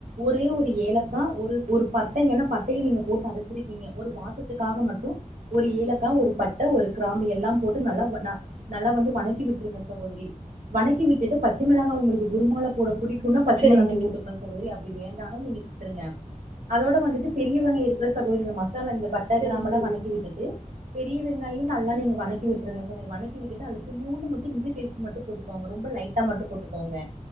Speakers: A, on the right; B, on the right.
A: ஒரே ஒரு ஏலக்கா ஒரு ஒரு பட்ட ஏன்னா பட்டய நீங்க போட்டு அரச்சிருக்கீங்க ஒரு வாச த்துக்காக மட்டு ஒரு ஏலக்காய் ஒரு பட்ட ஒரு கிராம்பு எல்லா போட்டு நல்லா வ ந நல்லா வந்து வணக்கி விட்ருங்க சகோதரி வணக்கி விட்டுட்டு பச்ச மிளகா உங்ளுக்கு குருமால போட பிடிக்குன்னா பச்ச
B: செரிங்க
A: மிளகா
B: தோழி
A: போட்டுக்லா சகோதரி அப்டி வேண்டானா நீங்க விட்ருங்க அதோட வந்துட்டு பெரிய வெங்காயோ இருக்குல சகோதரி இந்த மசாலா இந்த பட் ட
B: செரிங்க
A: கிராம்பெல்லா
B: தோழி
A: வணக்கி விட்டுட்டு பெரிய வெங்காய நல்லா நீங்க வணக்கி விட்டுருங்க சகோதரி வணக்கி விட்டுட்டு அதுல கொஞ்சோனு மட்டு இஞ்சி பேஸ்ட் டு மட்டு போட்டுக்கோங்க ரொம்ப லைட்டா மட்டு போட்டுக் கோங்க